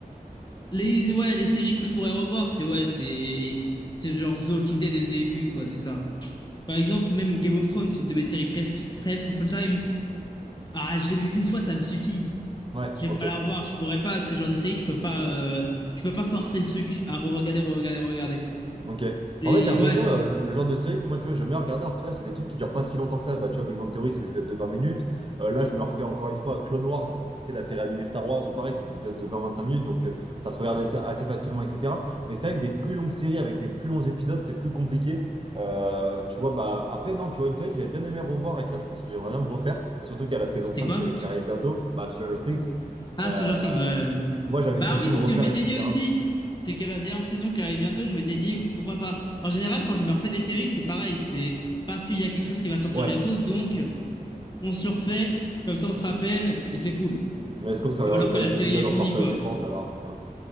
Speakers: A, on the left (about 30°); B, on the right (about 35°).
A: Les, ouais, les séries que je pourrais revoir, c'est ouais, c'est c'est genre The Walking Dead dès le début, quoi, c'est ça. Par exemple, même Game of Thrones, c'est une de mes séries préf, préf of all time. Ah, je l'ai vu une fois, ça me suffit.
B: ouais,
A: Je vais
B: ok.
A: pas la revoir, je pourrais pas. C'est le genre de série, tu peux pas, euh, tu peux pas forcer le truc à re-regarder, re-regarder, re-regarder.
B: Ok.
A: C'est
B: En fait, j'ai l'impression,
A: ouais, c'est-
B: euh, le le genre de série que moi, tu vois, j'aime bien regarder, en final, c'est des trucs qui durent pas si longtemps que ça. Bah, tu vois, Big Bang Theory, c'est des épisodes de 20 minutes. Euh, là, je me refais encore une fois Clone Wars, tu sais, la série animée Star Wars, ou pareil, c'est des épisodes de vingt-vingt-cinq minutes, donc euh, ça se regarde assez, assez facilement, etc. Mais c'est vrai que des plus longues séries avec des plus longs épisodes, c'est plus compliqué. Euh, tu vois, bah, après, non, tu vois, une série que j'avais bien aimé revoir et que là, je pense que j'aimerais bien me refaire, surtout qu'il y a la saison
A: c'était
B: 5
A: quoi?
B: euh, qui arrive bientôt, bah, Stranger Things.
A: De- Ah,
B: Euh,
A: Stranger Things, ouais, ouais.
B: moi, j'avais
A: Bah
B: kiffé
A: oui,
B: me
A: c'est
B: refaire,
A: ce que je m'étais
B: etc.
A: dit aussi. C'est qu'à la dernière saison qui arrive bientôt, je m'étais dit pourquoi pas. En général, quand je me refais des séries, c'est pareil. C'est parce qu'il y a quelque chose qui va sortir
B: Ouais,
A: bientôt, donc on se le refait. Comme ça, on se rappelle et c'est cool.
B: Mais est-ce qu'on se regardait
A: Ou alors
B: pas
A: que la
B: les
A: série
B: épisodes
A: est finie,
B: en partage
A: quoi.
B: d'écran, ça là, putain.